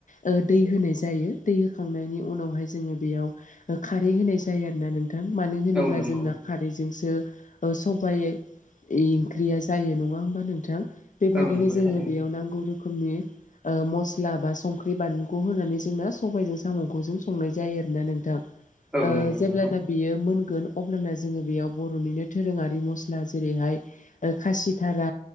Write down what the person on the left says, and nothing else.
ओ दै होनाय जायो। दै होखांनायनि उनावहाय जोङो बेयाव खारै होनाय जायो आरोना नों थां। मानो होनोब्ला
जोंना खारैजोंसो ओ सबाइ ओंख्रिया जायो नङा होमबा नोंथां। बेबायदिनो
जोङो
बेयाव नांगौ रोखोमनि आ मस्ला बा संख्रि बानलुखौ होनानै जोंना सबायजों सामखौजों संनाय जायो आरोना नोंथां ओ
जेब्ला
बेयो मोनगोन अब्लाना जोङो बेयाव बर'निनो दोरोङारि मस्ला जेरैहाय खासिथारा